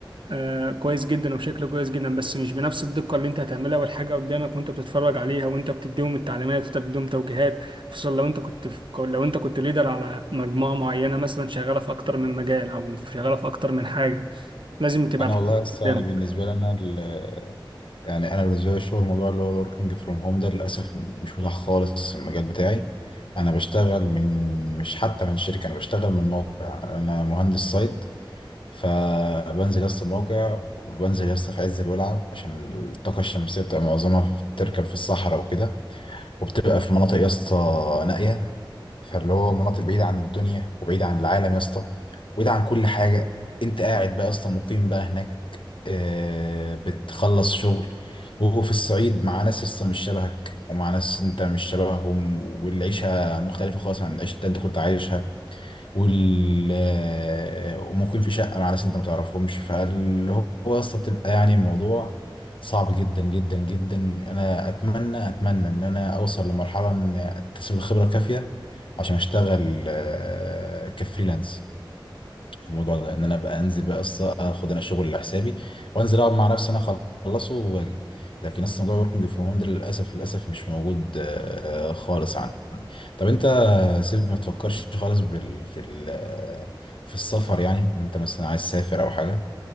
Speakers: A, on the right; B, on the left.
A: آه كويس جدا وبشكل كويس جدا بس مش بنفس الدقة اللي انت هتعملها والحاجة قدامك وانت بتتفرج عليها وانت بتديهم التعليمات وانت بتديهم توجيهات خصوصا لو انت كنت في لو انت كنت ليدر على مجموعة معينة مثلا شغالة في اكتر من مجال او شغالة في اكتر من حاجة لازم تبقى
B: انا
A: الحاجة
B: والله بس يعني
A: قدامك
B: بالنسبه لي انا ال- يعني انا بالنسبه لي الشغل الموضوع اللي هو الوركينج فروم هوم ده للاسف مش متاح خالص في المجال بتاعي انا بشتغل من مش حتى من شركه انا بشتغل من موقع انا مهندس سايت فبنزل يسطا الموقع وبنزل يسطا في عز الولعه عشان الطاقه الشمسيه بتبقى معظمها في- بتركب في الصحراء وكده وبتبقى في مناطق يا اسطى نائيه فاللي هو مناطق بعيده عن الدنيا وبعيده عن العالم يا اسطى وبعيده عن كل حاجه انت قاعد بقى يا اسطى مقيم بقى هناك آه، بتخلص شغل وفي الصعيد مع ناس يا اسطى مش شبهك ومع ناس انت مش شبههم والعيشه مختلفه خالص عن العيشه اللي انت كنت عايشها وال آه، وممكن في شقة مع ناس انت ما تعرفهمش فاللي هو اصلا بتبقى يعني الموضوع صعب جدا جدا جدا انا اتمنى اتمنى ان انا اوصل لمرحلة ان اكتسب الخبرة الكافية عشان اشتغل آه، كفريلانس في الموضوع ده ان انا ابقى انزل بقى اصلا اخد انا شغل لحسابي وانزل اقعد مع نفسي انا اخلصه واجي لكن لسه موضوع وركينج فروم هوم ده للاسف للاسف مش موجود آه، آه، خالص عندي طب انت يا سيف ما تفكرش خالص بال... في ال... آه، في السفر يعني انت مثلا عايز تسافر او حاجه